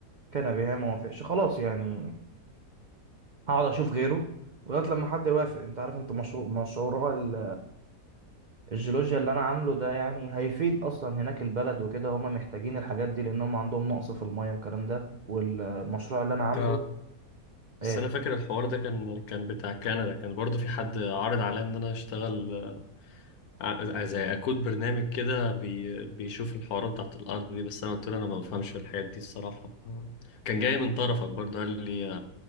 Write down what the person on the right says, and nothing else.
كان بها ما وافقش خلاص يعني هقعد اشوف غيره لغاية لما حد يوافق انت عارف انت مشروع مشروع ال- الجيولوجيا اللي انا عامله ده يعني هيفيد اصلا هناك البلد وكده هم محتاجين الحاجات دي لانهم عندهم نقص في المية والكلام ده والمشروع اللي انا
عامله
ايه